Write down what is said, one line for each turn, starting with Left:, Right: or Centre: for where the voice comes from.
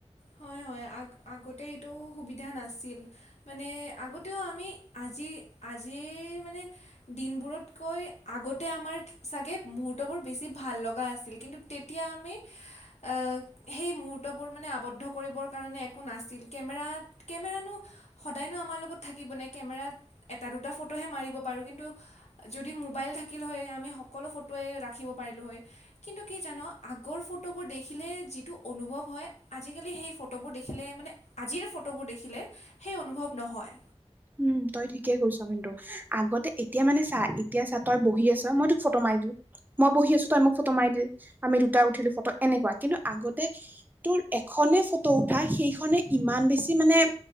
Left: হয় হয় আগ আগতেই এইটো সুবিধা নাছিল। মানে, আগতেও আমি আজি আজিৰ মানে দিনবোৰতকৈ আগতে আমাৰ চাগে মুহুৰ্তবোৰ বেছি ভাল লগা আছিল কিন্তু তেতিয়া আমি এ সেই মুহুৰ্তবোৰ মানে আৱদ্ধ কৰিবৰ কাৰণে একো নাছিল, কেমেৰাত কেমেৰানো সদায়নো আমাৰ লগত থাকিব নে কেমেৰাত এটা দুটা ফটোহে মাৰিব পাৰো কিন্তু যদি মোবাইল থাকিল হয় আমি সকলো ফটোৱে ৰাখিব পাৰিলো হয় কিন্তু জান আগৰ ফ টোবোৰ দেখিলে যিটো অনুভৱ হয়, আজিকালি সেই ফ ফটোবোৰ দেখিলে, মানে আজিৰ এই ফটোবোৰ দেখিলে সেই অনুভৱ নহয়।
Right: উম' তই ঠিকেই কৈছ কিন্তু। আগতে এতিয়া মানে চা, এতিয়া চা, তই বহি আছ মই তোক ফটো মাৰি দিলো মই বহি আছো তই মোক ফটো মাৰি দিলি আমি দুটা উঠিলো ফটো এনেকোৱা, কিন্তু আগতে তোৰ এখনে ফটো উঠা সেইখনে ইমান বেছি মানে